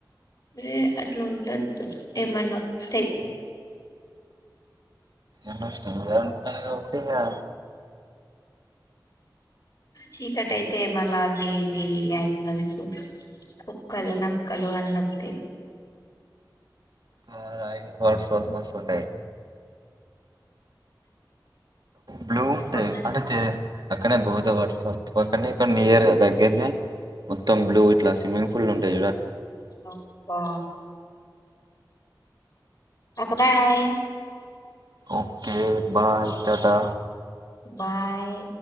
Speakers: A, on the left; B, on the right.
A: ఏ అట్లా ఉండద్దు ఏమన్నా ఒత్తయి
B: ఏమొస్తే నువ్వే అనుకుంటానువు రో ఇగా
A: చీకటయితే మల్ల అవి ఇవి అనిమల్స్ కుక్కలు నక్కలు అన్ని ఒత్తయి.
B: <inaudible> వాటికోసం వస్తుంటాయి బ్లూ ఉంటాయి
A: ఓకే
B: అంటే చే అక్కడ బౌత వాటర్ ఫాల్స్ పక్కనే ఇ నియర్ దగ్గర్నే మొత్తం బ్లూ ఇట్లా స్విమ్మింగ్ ఫుల్ ఉంటయి చూడ్
A: అబ్బా okay bye
B: okay bye tata
A: bye